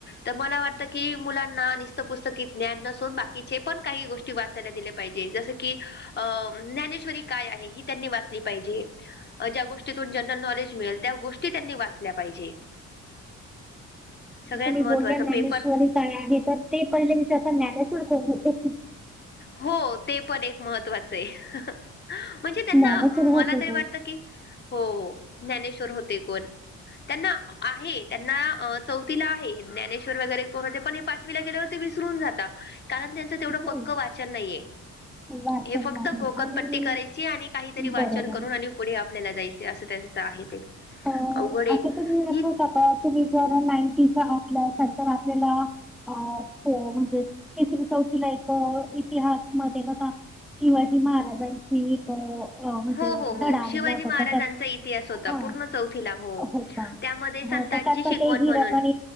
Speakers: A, on the left (about 35°); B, in the centre.
A: तर मला वाटतं की मुलांना निस्त पुुस्तकीत ज्ञान नसून बाकीचे पण काही गोष्टी वाचायला दिलं पाहिजे जस की अ ज्ञानेश्वरी काय आहे? ही त्यांनी वाचली पाहिजे. ज्या गोष्टीतून जनरल नॉलेज मिळेल त्या गोष्टी त्यांनी वाचल्या पाहिजे. सगळ्यात
B: तुम्ही
A: महत्त्वाचं
B: बोलला ज्ञानेश्वर
A: पेपर
B: ही काय आहे तर ते पहिले विचारता ज्ञानेश्वर कोण होते.
A: हो ते पण एक महत्त्वाचं आहे म्हणजे त्यांना
B: ज्ञानेश्वर
A: मला
B: होते
A: तरी
B: ते.
A: वाटत की हो ज्ञानेश्वर होते कोण त्यांना आहे त्यांना चौथीला आहे ज्ञानेश्वर वगैरे कोण होते पण, गेल्यावर ते विसरून जात कारण त्यांचं तेवढं
B: हो.
A: पक्क वाचन नाहीये
B: वाचन
A: हे फक्त
B: नाही
A: घोकम
B: आणि
A: पट्टी करायची आणि काहीतरी
B: बरोबर.
A: वाचन करून आणि, पुढे आपल्याला जायचे असं त्यांचं आहे ते,
B: अ
A: अवघड आहे.
B: असं तुम्ही
A: ही
B: आठवता का तुम्ही जर नाईंटीच्या आात ल्यांतर आपल्याला, अ हो म्हणजे तिसरी चौथी लायक इतिहासमध्ये बघा. शिवाजी महाराजांची, म्हणजे
A: हो, हो, हो.
B: धडा
A: शिवाजी
B: लिहिला होता
A: महाराजांचा
B: त्याच्यात
A: इतिहास होता
B: ह,
A: पूर्ण हो
B: होता
A: त्यामध्ये संतांची
B: हो तर त्यात
A: शिकवण
B: ते हिरकण,
A: म्हणून.